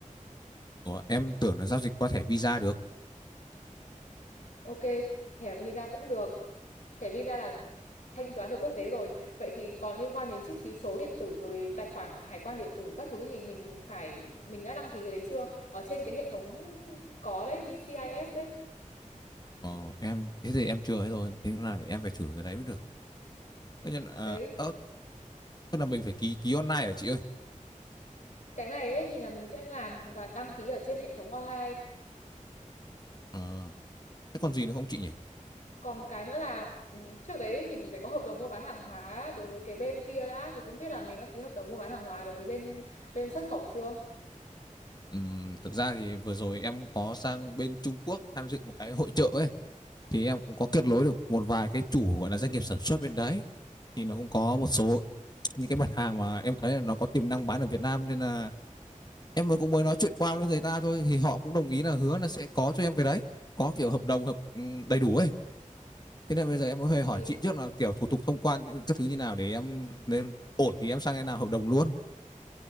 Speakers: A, on the left (about 30°); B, on the left (about 65°).
A: Ủa, em tưởng là giao dịch qua thẻ Visa được.
B: Ok, thẻ Visa cũng được. Thẻ Visa là thanh toán được quốc tế rồi. Vậy thì còn liên quan đến chữ ký số điện tử rồi tài khoản hải quan điện tử các thứ thì mình phải mình đã đăng ký cái đấy chưa? Ở trên cái hệ thống có đấy VCIS đấy
A: Ờ, em thế thì em chưa ấy rồi thế là em phải thử cái đấy mới được thế nhưng à,
B: Đấy,
A: ờ, tức là mình phải ký ký online hả chị ơi
B: cái này ấy, thì là mình sẽ làm và đăng ký ở trên hệ thống online.
A: Ờ, thế còn gì nữa không chị nhỉ
B: Còn một cái nữa là ừm, trước đấy thì mình phải có hợp đồng mua bán hàng hóa đối với cái bên kia đã thì cũng biết là mình đã ký hợp đồng mua bán hàng hóa đối với bên bên xuất khẩu chưa?
A: Ừm, thực ra thì vừa rồi em có sang bên Trung Quốc tham dự một cái hội chợ ấy thì em cũng có kết nối được một vài cái chủ gọi là doanh nghiệp sản xuất bên đấy thì nó cũng có một số những cái mặt hàng mà em thấy là nó có tiềm năng bán ở Việt Nam nên là em mới cũng mới nói chuyện qua với người ta thôi thì họ cũng đồng ý là hứa là sẽ có cho em cái đấy có kiểu hợp đồng hợp ừm, đầy đủ ấy Thế nên bây giờ em cũng phải hỏi
B: Thì
A: chị trước là kiểu thủ tục thông quan những các thứ như nào để em nếu ổn thì em sang em làm hợp đồng luôn.